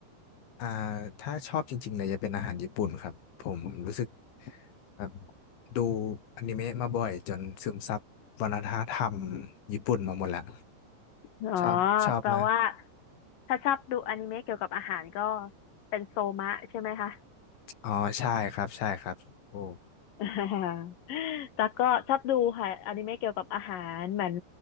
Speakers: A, on the left (about 90°); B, on the left (about 60°).
A: อ่าถ้าชอบจริงๆเลยจะเป็นอาหารญี่ปุ่นครับผมรู้สึกแบบดูอนิเมะมาบ่อยจนซึมซับวัฒนธรรมญี่ปุ่นมาหมดแล้ว
B: อ๋อ
A: ชอบชอบมาก
B: แปลว่าถ้าชอบดูอนิเมะเกี่ยวกับอาหารก็เป็นโซมะใช่ไหมคะ
A: อ๋อใช่ครับใช่ครับโอ้
B: <laughs> อ่าตั๊กก็ชอบดูค่ะอนิเมะเกี่ยวกับอาหารเหมือน